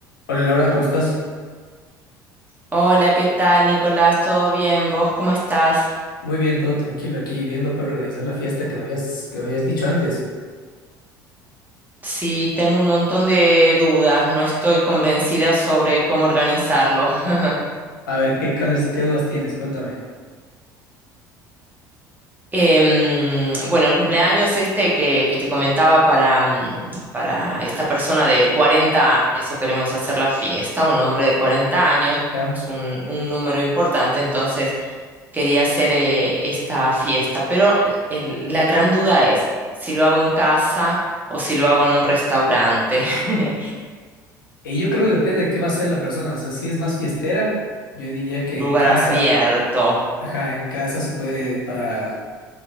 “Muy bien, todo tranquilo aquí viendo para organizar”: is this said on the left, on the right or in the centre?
Left